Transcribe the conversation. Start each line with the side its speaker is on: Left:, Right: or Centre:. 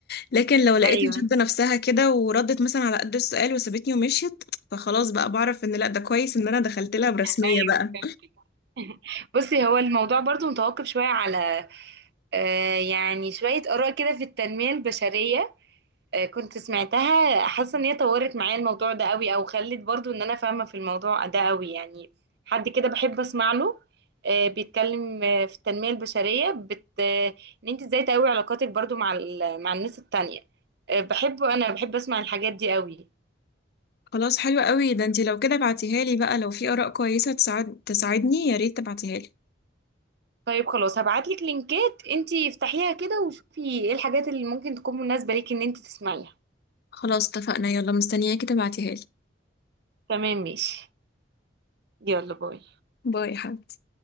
Left: لكن لو لقيتها
Right: ايوه
Left: شادة نفسها كده وردت مثلا على قد السؤال وسابتني ومشيت فخلاص بقى بعرف إن لأ ده كويس إن أنا دخلت لها برسمية
Right: ايوه
Left: بقى
Right: فهمت. بصي هو الموضوع برضو متوقف شوية على آه يعني شوية آراء كده في التنمية البشرية آه، كنت سمعتها حاسه ان هي طورت معايا الموضوع ده قوي او خلت برضو ان انا فاهمه في الموضوع ده قوي يعني حد كده بحب اسمع له آه، بيتكلم آه، في التنميه البشريه بت... آه، ان انت ازاي تقوي علاقاتك برضو مع ال... مع الناس التانية آه، بحبه انا بحب اسمع الحاجات دي قوي
Left: خلاص حلو قوي ده انتي لو كده بعتيها لي بقى لو في آراء كويسة تساعد تساعدني يا ريت تبعتيها لي
Right: طيب خلاص هبعتلك لينكات انت افتحيها كده وشوفي ايه الحاجات اللي ممكن تكون مناسبه ليكي ان انت تسمعيها
Left: خلاص اتفقنا يلا مستنياكي تبعتيها لي
Right: تمام ماشي يلا باي
Left: باي يا حبيبتي